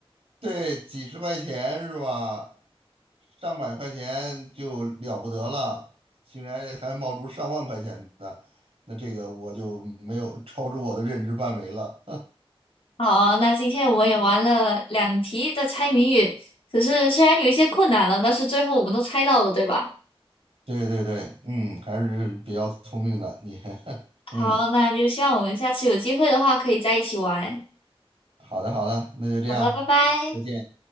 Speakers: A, on the right; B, on the left.
A: 对，几十块钱是吧？上百块钱就了不得了，竟然还冒出上万块钱的，那这个我就没有超出我的认知范围了。
B: 好，那今天我们也玩了两题的猜谜语，可是虽然有一些困难了，但是最后我们都猜到了，对吧？
A: <laughs> 对对对，嗯，还是比较聪明的你。<laughs> 嗯，
B: 好，那就希望我们下次有机会的话可以在一起玩。
A: 好的好的，那就这样，
B: 好的，拜拜。
A: 再见。